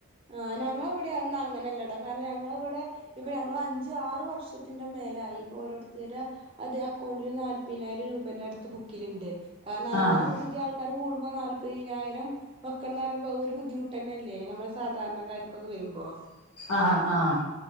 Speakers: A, on the right; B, on the left.
A: ആഹ് ഞങ്ങെളെവിടെ ഒന്നും അങ്ങനല്ലെടാ കാരണം ഞങ്ങളിവിടെ ഇപ്പ ഞങ്ങൾ അഞ്ച് ആറ് വർഷത്തിന്റെ മേലായി ഇപ്പൊ ഓരോരുത്തര്ടെ അതെ അക്കൗണ്ടില് നാല്പ്പയിനായിരം രൂപന്റെടുത്ത് ബുക്കിലുണ്ട് കാരണ
B: ആഹ്
A: അങ്ങനെക്കെ പുതിയ ആൾ ക്കാര് കൂടുമ്പം നാല്പ്പയിനായിരം വെക്കണെന്ന് പറയുമ്പം അത് ഒര് ബുദ്ധിമുട്ട് തന്നെയല്ലേ നമ്മള് സാധാരണക്കാർക്കൊക്കെ വരുമ്പോ
B: ആഹ് ആഹ്